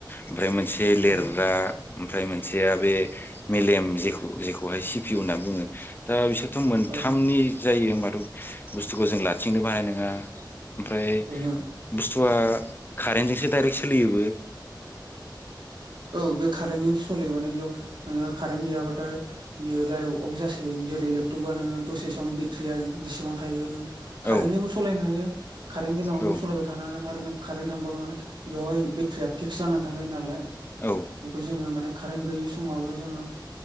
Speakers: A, on the left (about 25°); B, on the right (about 70°).
A: ओमफ्राय मोनसे लिरग्रा
B: औ
A: ओमफ्राय मोनसेया बे मेलेम जे जेखौहाय सि पि इउ होनना बुङो दा बिसोर थ' मोनथामनि
B: औ
A: जायो होमबाथ' बुस्थुखौ जों लाथिंनोबो हानाय नङा। ओमफ्राय
B: ओहो
A: बुस्थुआ कारेन्टजोंसो डाइरेक्ट सोलियो।
B: औ बे कारेन्टजों सलियो माने इयाव नोङो कारेन्ट गैयाबाथाय बेयो दडाइरेक्ट अफ जासि <unintelligible> जेरै लेपटपा नोङो दसे सम बेट्रिया जेसेबां थायो नों कारेन्टजोंबो
A: औ
B: सालायनो हायो कारेन्ट गोनाङाव
A: औ
B: नों सालायबाय थानो हागोन आरो नों कारेन्ट थांबा माने बेवहाय बेटारिया फिक्स जानानै थाखायो नालाय
A: औ
B: बेखौ जोङो माने कारेन्ट गैयि समावबो जोङो